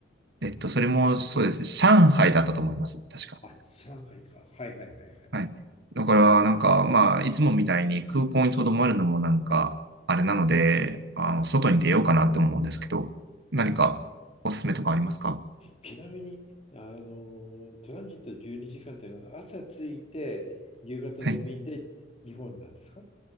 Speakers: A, on the right; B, on the left.
A: えっと、それもそうですね、上海だったと思います、確か。
B: あ、上海か。はいはいはいはい。
A: はい。だから、なんか、まあ、いつもみたいに空港に留まるのもなんか、あれなので、あの、外に出ようかなって思うんですけど、何かおすすめとかありますか
B: ちなみに、あの、トランジット12時間っていうのは朝着いて夕方の便で日本なんですか
A: はい